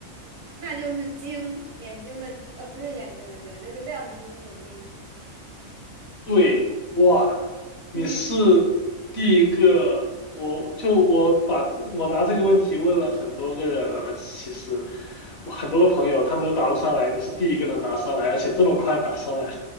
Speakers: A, on the right (about 75°); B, on the left (about 55°).
A: 那就是睛，眼睛的，呃，不是眼睛的睛，就是亮晶晶的晶。
B: 对，哇，你是
A: 嗯，
B: 第一个，我就我把这我拿这个问题问了很多个人了，其实我很多个朋友他们都答不上来，你是第一个能答上来，而且这么快答上来，